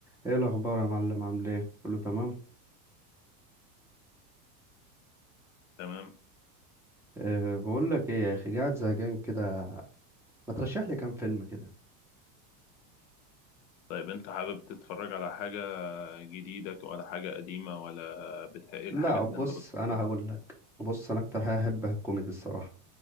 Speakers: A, in the centre; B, on the left (about 55°).
A: ايه الاخبار يا معلم عامل ايه كله تمام
B: تمام
A: أه بقول لك ايه يا اخي قاعد زهقان كده ما ترشح لي كام فيلم كده
B: طيب انت حابب تتفرج على حاجة جديدة ولا حاجة قديمة ولا بتح... ايه
A: لا
B: الحاجات
A: بص
B: اللي انت بتفضلها
A: انا هقول لك بص انا اكتر حاجه احبها الكوميدي الصراحه